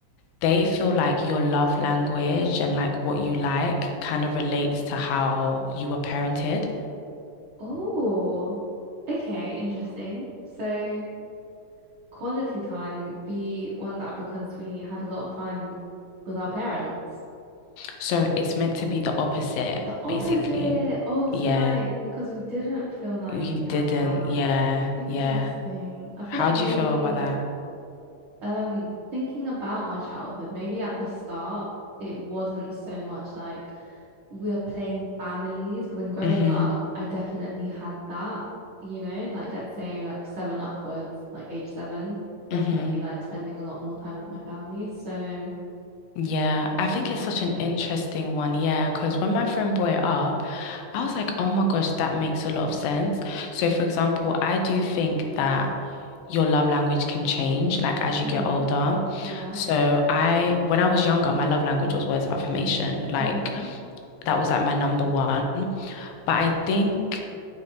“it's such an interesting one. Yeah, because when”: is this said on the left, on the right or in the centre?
Left